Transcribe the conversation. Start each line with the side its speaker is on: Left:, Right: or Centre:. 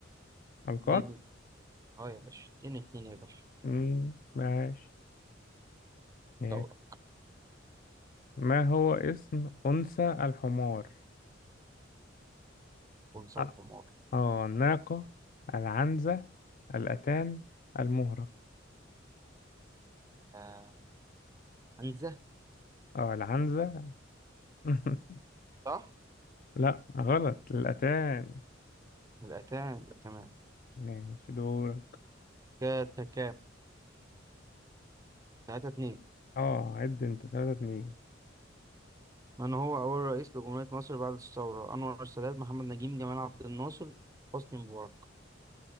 Left: القان
Right: اتنين اه يا باشا اتنين اتنين يا باشا
Left: مم. ماشي
Right: دورة
Left: ماشي ما هو اسم أنثى الحمار
Right: ونصر
Left: أ-
Right: حمار
Left: أه الناقة العنزة الأتان المهرة
Right: آه عنزة
Left: أه العنزة <laughs>
Right: صح؟
Left: لا غلط الأتان
Right: يبقى تمام تمام
Left: ماشي دورك
Right: كده تكام تلاتة اتنين
Left: أه عد أنت تلاتة اتنين
Right: من هو أول رئيس لجمهورية مصر بعد الثورة؟ أنور السادات محمد نجيب جمال عبد الناصر حسني مبارك